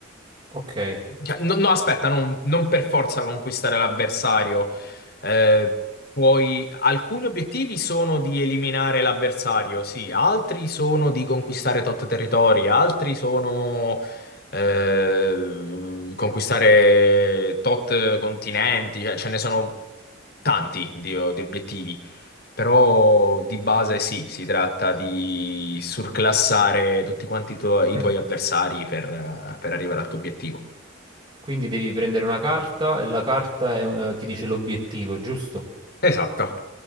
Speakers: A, on the right; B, on the left.
A: Ok.
B: cioè, No, no, aspetta, non, non per forza conquistare l'avversario. Eh, puoi- alcuni obiettivi sono di eliminare l'avversario, sì, altri sono di conquistare tot territori, altri sono eh, conquistare tot continenti, cioè, ce ne sono tanti di, di obiettivi. Però di base sì, si tratta di surclassare tutti quanti i tuoi i
A: Mm.
B: tuoi avversari per eh, per arrivare al tuo obiettivo.
A: Quindi devi prendere una carta e la carta è un- eh, ti dice l'obiettivo, giusto?
B: Esatto,